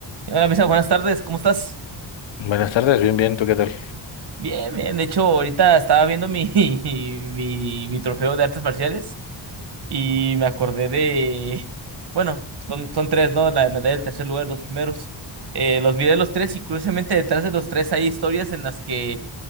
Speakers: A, on the right; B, on the left.
A: Hola, Misa, buenas tardes, ¿cómo estás?
B: Buenas tardes, bien, bien, ¿tú qué tal?
A: Bien, bien. De hecho, ahorita estaba viendo mi, <laughs> mi, mi trofeo de artes marciales y me acordé de. Bueno, son, son tres, ¿no? La medalla del tercer lugar, los primeros. Eh, los miré los tres y curiosamente detrás de los tres hay historias en las que